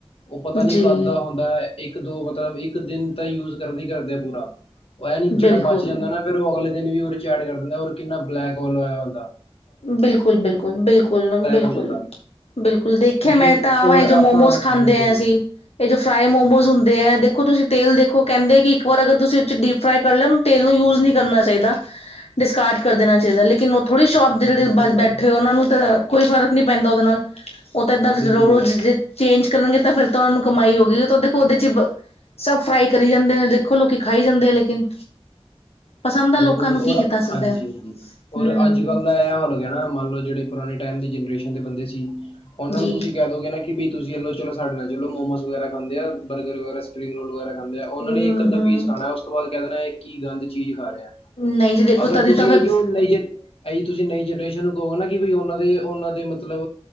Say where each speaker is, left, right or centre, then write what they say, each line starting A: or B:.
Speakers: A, on the left; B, on the left.
A: ਉਹ ਪਤਾ ਨੀ
B: ਜੀ,
A: ਕੱਦਾ ਹੁੰਦਾ ਐ, ਇੱਕ ਦੋ ਮਤਲਬ ਇੱਕ ਦਿਨ ਤਾਂ ਯੂਜ ਕਰਨ ਹੀ ਕਰਦੇ ਆ ਪੂਰਾ। ਉਹ ਨੀ ਜਿਹੜਾ
B: ਬਿਲਕੁਲ।
A: ਬੱਚ ਜਾਂਦਾ ਨਾ, ਫਿਰ ਉਹ ਅਗਲੇ ਦਿਨ ਵੀ ਉਹਦੇ ਚ ਐਡ ਕਰ ਦਿੰਦਾ, ਔਰ ਕਿੰਨਾ ਬਲੈਕ ਹੋਲ ਹੋਇਆ ਹਦਾ।
B: ਬਿਲਕੁਲ-ਬਿਲਕੁਲ-ਬਿਲਕੁਲ-ਬਿਲਕੁਲ।
A: ਹੋ ਜਾਂਦਾ।
B: ਬਿਲਕੁਲ ਦੇਖਿਆ,
A: ਕਿਉਂਕਿ
B: ਮੈਂ ਤਾਂ
A: ਔਰ
B: ਆ ਇਹ ਜੋ
A: ਆਪਣਾ
B: ਮੋਮੋਸ ਖਾਂਦੇ
A: ਹਾਂਜੀ
B: ਆ
A: ਜੀ
B: ਅਸੀਂ, ਇਹ ਜੋ ਫਰਾਈ ਮੋਮੋਸ ਹੁੰਦੇ ਐ, ਦੇਖੋ ਤੁਸੀਂ ਤੇਲ ਦੇਖੋ ਕਹਿੰਦੇ ਕਿ ਇੱਕ ਵਾਰ ਅਗਰ ਤੁਸੀਂ ਡੀਪ ਫਰਾਈ ਕਰ ਲਿਆਓ, ਤੇਲ ਨੂੰ ਯੂਜ ਨਹੀਂ ਕਰਨਾ ਚਾਹੀਦਾ। ਡਿਸਕਾਰਡ ਕਰ ਦੇਣਾ ਚਾਹੀਦਾਂ, ਲੇਕਿਨ ਉਹ ਥੋੜੀ ਜਿਹੜੇ
A: ਬਿਲਕੁਲ
B: ਬਸ
A: ਬਿਲਕੁਲ
B: ਬੈਠੇ ਆ, ਉਹਨਾਂ ਨੂੰ ਤਾਂ ਕੋਈ ਫਰਕ ਨਹੀਂ ਪੈਂਦਾ ਉਹਦੇ ਨਾਲ। ਉਹ ਤਾਂ ਏਦਾਂ
A: ਬਿਲਕੁਲ
B: ਰੋਜ਼ੇ ਜੇ ਚੇਂਜ ਕਰਨਗੇ, ਤਾਂ ਫਿਰ ਤਾਂ ਓਹਨੂੰ ਕਮਾਈ ਹੋਗੀ, ਉਹ ਤਾਂ ਦੇਖੋ ਓਦੇ ਚ' ਬ ਸਭ ਫਰਾਈ ਕਰੀ ਜਾਂਦੇ ਨੇ, ਦੇਖੋ ਲੋਕੀ ਖਾਈ ਜਾਂਦੇ ਆ ਲੇਕਿਨ। ਪਸੰਦ ਆ ਲੋਕਾਂ
A: ਬਿਲਕੁਲ
B: ਨੂੰ ਕੀ
A: ਔਰ,
B: ਕੀਤਾ ਸਕਦਾ
A: ਹਾਂਜੀ-ਹਾਂਜੀ ਔਰ
B: ਹਮ
A: ਅੱਜ-ਕੱਲ ਦਾ ਇਹ ਹਾਲ ਹੋ ਗਿਆ ਮੰਨ ਲਓ, ਜਿਹੜੇ ਪੁਰਾਣੇ ਟਾਈਮ ਦੀ ਜਨਰੇਸ਼ਨ ਦੇ ਬੰਦੇ ਸੀ, ਉਹਨਾਂ
B: ਜੀ
A: ਨੂੰ ਤੁਸੀਂ ਕਹਿ ਦੋਗੇ ਨਾ ਕਿ ਵੀ ਤੁਸੀਂ ਲੋ ਸਾਡੇ ਨਾਲ ਚਲੋ ਮੋਮੋਸ ਵਗੈਰਾ ਖਾਂਦੇ ਆ ਬਰਗਰ ਵਗੈਰਾ, ਸਪਿੰਗ ਰੋਲ ਵਗੈਰਾ ਖਾਂਦੇ ਆ, ਉਹਨਾਂ
B: ਹੂੰ
A: ਨੇ ਇੱਕ ਅੱਧਾ
B: ਹੂੰ
A: ਪੀਸ ਖਾਣਾ, ਉਸ ਤੋਂ ਬਾਅਦ ਕਹਿ ਦੇਣਾ ਇਹ ਕੀ ਗੰਦ ਚੀਜ਼ ਖਾ ਰਿਹਾ,
B: ਨਹੀਂ ਜੀ ਦੇਖੋ
A: ਅਗਰ
B: ਤਦੀ
A: ਤੁਸੀਂ
B: ਤਾਂ ਫਿਰ
A: ਇਹੀਓ ਨੀ ਜ ਇਹੀ ਤੁਸੀਂ ਨਈ ਜਨਰੇਸ਼ਨ ਨੂੰ ਨਾ ਕਿ ਉਹਨਾਂ ਦੇ ਉਹਨਾਂ ਦੇ ਮਤਲਬ,